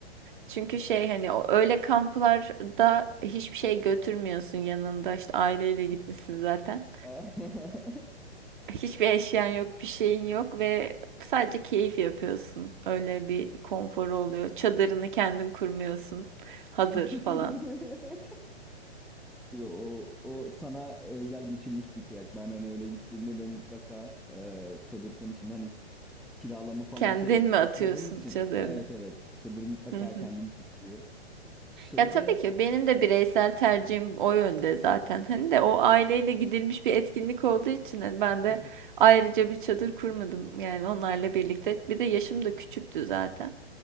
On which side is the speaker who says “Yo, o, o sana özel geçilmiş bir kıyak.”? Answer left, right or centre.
Centre